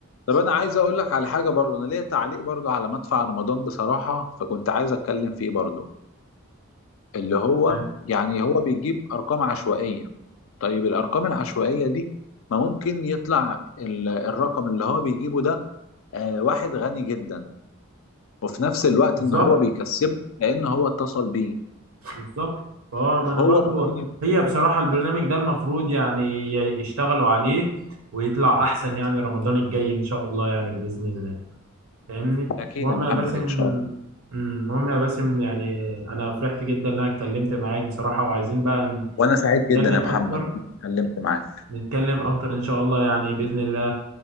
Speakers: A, on the left; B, on the right.
A: طب انا عايز اقول لك على حاجه برضو انا ليا تعليق برضو على مدفع رمضان بصراحه فكنت عايز اتكلم فيه برضو اللي هو
B: آه،
A: يعني هو بيجيب ارقام عشوائيه طيب الارقام العشوائيه دي ما ممكن يطلع ال- الرقم اللي هو بيجيبه ده آه، واحد غني جدا وفي نفس الوقت
B: بالظبط
A: ان هو بيكسبه لان هو اتصل بيه
B: بالظبط اه ما
A: وهو
B: أنا برضو
A: ممكن يكون
B: هي بصراحة البرنامج ده المفروض يعني ي- يشتغلوا عليه ويطلع أحسن يعني رمضان الجاي إن شاء الله يعني بإذن الله فاهمني
A: اكيد
B: المهم
A: يا محمد
B: يا باسم
A: ان شاء الله
B: مم، المهم يا باسم يعني أنا فرحت جدا إن أنا اتكلمت معاك بصراحة وعايزين بقى
A: وانا سعيد
B: نتكلم
A: جدا يا محمد
B: أكتر
A: إن أنا اتكلمت معاك
B: نتكلم اكتر ان شاء الله يعني باذن الله